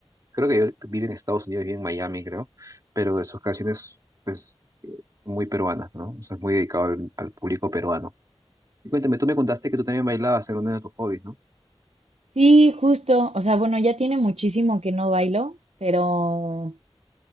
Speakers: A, on the right; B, on the right.
A: creo que yo vive en Estados Unidos, vive en Miami, creo, pero de sus canciones, pues, eh, muy peruanas, ¿no? O sea, es muy dedicado al, al público peruano. Y Cuéntame, tú me contaste que tú también bailabas, era uno de tus hobbies, ¿no?
B: Sí, justo. O sea, bueno, ya tiene muchísimo que no bailo, pero